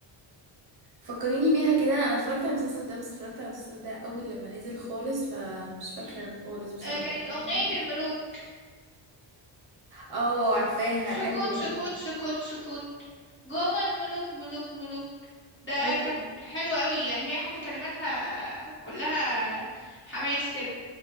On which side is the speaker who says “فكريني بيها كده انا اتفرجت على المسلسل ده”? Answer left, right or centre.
Right